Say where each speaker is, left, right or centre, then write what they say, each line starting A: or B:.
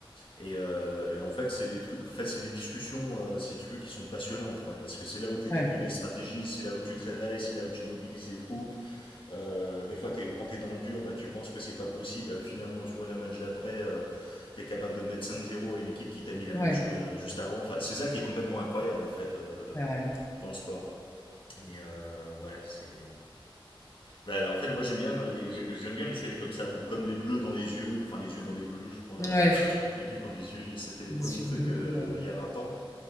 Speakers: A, on the left; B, on the left.
A: Et, euh, et en fait, c'est les trucs, en fait, c'est des discussions, euh, si tu veux, qui sont passionnantes, en fait, parce que c'est là où tu établis
B: ouais, ouais,
A: des stratégies, c'est là où tu te réveilles, c'est là où tu mobilises des troupes. Euh, des fois, t'es, quand t'es dans le dur, bah, tu penses que c'est pas possible. Et finalement, tu vois, le match d'après, euh, t'es capable de mettre cinq zéro à une équipe qui t'a mis la
B: ouais,
A: même chose euh, juste avant. Enfin, c'est ça qui est complètement incroyable, en fait, euh,
B: ouais,
A: dans le sport. Et euh, ouais, c'est bah, en fait, moi j'aime bien les j'aime bien les séries comme ça ou comme les bleus dans les yeux, enfin les yeux dans les bleus, je crois.
B: ouais,
A: euh,
B: ouais,
A: <laughs> les bleus dans les yeux, c'était le
B: ouais,
A: premier truc euh,
B: ouais,
A: il y a 20 ans.